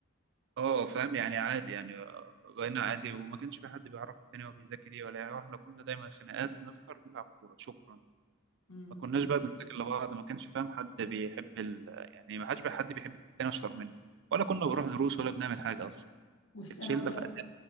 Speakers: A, on the right (about 60°); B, on the left (about 85°).
A: اه فاهم يعني عادي يعني آه، بقينا عادي وما كانش في حد بيعرف التاني هو بيذاكر ايه ولا يعني احنا كنا دايما خناقات نفطر نلعب كوره شكرا
B: امم
A: ما كناش بقى بنذاكر لبعض ما كانش فاهم حد بيحب ال... يعني ما حدش بقى حد بيحب التاني اشطر منه ولا كنا بنروح دروس ولا بنعمل حاجه اصلا
B: وفي ثانوي
A: كانت شله
B: بقى
A: فقدانك